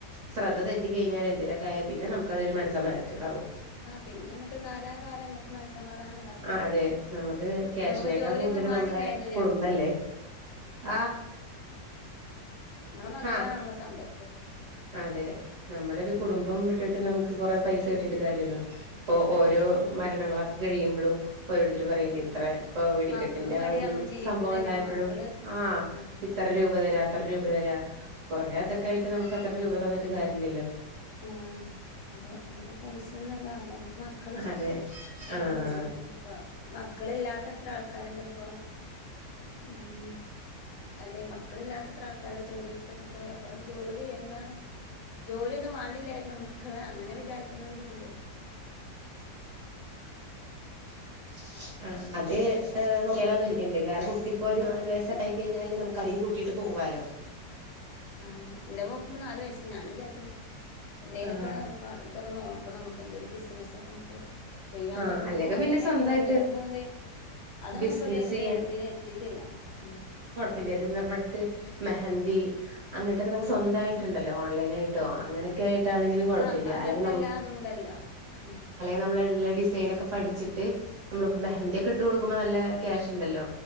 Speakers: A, on the right (about 55°); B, on the left (about 75°).
A: ശ്രദ്ധ തെറ്റ കഴിഞ്ഞാല് എന്തേലൊക്കായാല്ആ പിന്നെ നമുക്കതൊരു മനസ്സമാധാന് കേടാവു
B: ആഹ പിന്നെ നമ്മുക്ക് കാലാകാലം നമുക്ക് മനസ്സമാധാനം ഉണ്ടാവില്ല
A: ആ അതെ നമുക്ക് ക്യാഷിനക്കാ
B: പിന്നെ നമുക്ക് ജോലിയൊന്നും
A: കൂടുതല
B: വേണ്ടില്ലായിരുന്നു
A: നമ്മുടെ
B: വിചാരിച്ചു
A: കുടുംബല്ലേ. ആഹ.
B: നമ്മടെ മക്കളാണ്
A: ആഹ്
B: നമ്മള സമ്പത്ത്.
A: അതെ നമ്മുടെ ഒരു കുടുംബം വിട്ടിട്ട് നമുക്ക് കൊറെ പൈസ കിട്ടിട്ട് കാര്യല്ലോ. ഇപ്പോൊ ഓരോ
B: ആ അതെ
A: മരണങ്ങളൊക്കെ കഴിയുമ്പോളും പറയില്ല
B: ആ
A: ഇത്ര ഇപ്പൊ വെടിക്കെട്ടിന്റെ
B: മക്കൾക്ക് വേണ്ടി
A: ഒരു
B: നമ്മ ജീവിക്കണേ
A: സംഭവം ഉണ്ടായപ്പോഴും
B: പിന്നെ മക്കള്
A: ആഹ.
B: ആ
A: ഇത്ര രൂപ തരാ അത്ര രൂപ തരാ. കൊറേ അതൊക്കെ
B: ആ
A: ആയിട്ട് നമുക്ക് അത്ര രൂപ തന്നിട്ട് കാര്യമില്ലല്ലോ.
B: ആഹ. അതെ നമ്മുക്ക് പൈസൊന്നുംല്ല വേണ്ടേ നമ്മുക്ക് മക്കളും
A: അതെ ആഹ്
B: അതാണ്. അപ്പ മക്കള് ഇല്ലാത്ത അത്ര ആൾക്കാരുണ്ട് അപ്പൊ. ഉം അല്ലെ മക്കള ഇല്ലാത്തത്ര ആൾക്കാരുടെ ജോലി. ഇ പോ അപ്പ ജോലി എന്താണ് ജോലി. ഒന്നും വാണ്ടില്ലായിരുന്നു മക്കളെ അങ്ങനെ വിചാരിക്കുന്നവരുണ്ട്.
A: <inaudible> ആഹ് അത് നോക്കിയാലോ കേന്നിരിക്കണ്ട് കാരണം ഇ ഇപ്പൊ ഒരു നാല് വയസ്സൊക്ക കഴിഞ്ഞാല് ന. കയും കൂട്ടിട്ട് പോവാലോ.
B: ആഹ് എന്റെ നോക്കുമ്പോ നാല് വയസ്സ് ഞാനും വിചാരിക്കുന്ന എന്തെങ്കിലൊക്കെ.
A: ആഹ്
B: ഇതൊക്കെ നോക്കണം നമുക്ക് എന്തേലും ബിസിനസ ഒക്കെ നമുക്ക്. ചെയ്യാൻ
A: ആഹ്
B: പറ്റുന്നതൊെ
A: അല്ലെങ്കി
B: ഓൺലൈൻ
A: പിന്നെ സ്വന്തായിട്ട്
B: ആയിട്ട് കുറേ ചെയ്യ അന്ന്. അതൊന്നും
A: ബിസിനസ്
B: ഇപ്പോൊ ഒരു ഇത്
A: ചെയ്യാൻ
B: ഇതി എത്തിട്ടില്ല ഉ.
A: വലത്മ്മക്ക് മെഹന്തി അങ്ങനത്തൊക്കെ നമുക്ക് സ്വന്തായിട്ടുണ്ടല്ലോ ഓൺലൈൻ. <inaudible>
B: ആഹ് ആഹ്
A: അക്കെെങ്കിലഴ
B: ആഹ് ഇപ്പ അങ്ങനത്തെ എല്ലാതും ഉണ്ടല്ലോ ഉം
A: നമ്മ ന ൊക്കെ പഠിച്ചിട്ട് നമ്മളി
B: ആഹ്
A: മെഹന്തിൊക്കെ ഇട്ട് കൊടുക്കുമ്പോ നല്ല ക്യാഷ് ഉണ്ടല്ലോ.